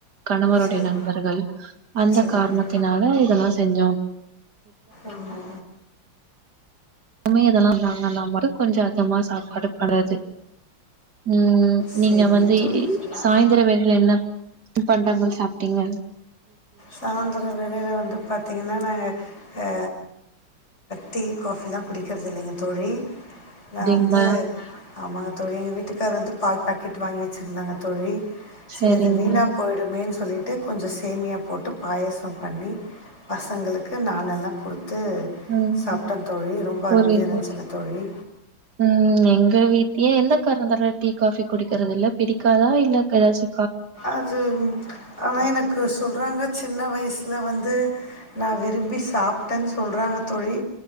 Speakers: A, on the right; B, on the left.
A: கணவருடைய
B: சரி
A: நண்பர்கள் அந்த
B: சரிங்க
A: காரணத்தினால இதெல்லா செஞ்சோம்
B: ஆமா
A: எதுமே இதெல்லா நாங்கல்லா மட்டு கொஞ்சோ அதிகமா சாப்பாடு படுறது உம்
B: சரிங்க
A: நீங்க வந்து
B: தோழி நான்
A: சாயந்திர வேளையில <unintelligible> பண்டங்கள் சாப்பிட்டீங்க
B: சாயந்திர வேளையில வந்து பாத்தீங்கன்னா நாங்க எ டீ காஃபி எல்லா குடிக்கிறது இல்லைங்க தோழி
A: அப்டிங்களா
B: நா வந்து ஆமாங்க தோழி எங்க வீட்டுக்கார் வந்து பால் பாக்கெட் வாங்கி வெச்சருந்தாங்க தோழி
A: சரிங்க
B: சிறது வீணா போயிடுமேனு சொ சொல்லிட்டு கொஞ்சோ சேமியா போட்டு பாயாசம் பண்ணி பசங்களுக்கு நானெல்லா குடு த்து
A: ம்
B: சாப்பிட்டோ தோழி ரொம்ப
A: புரியுது
B: அருமையா இருந்துச்சு தோழி
A: ம் எங்க வீட் ஏ என்ன காரணத்தால டீ காஃபி குடிக்கறது இல்ல பிடிக்காதா இல்ல எதாச்சு
B: அது ஆனா எனக்கு சொல்றாங்க சின்ன வயசு இதில் வந்து நா விரும்பி சாப்பிட்டனு சொல்றாங்க தோழி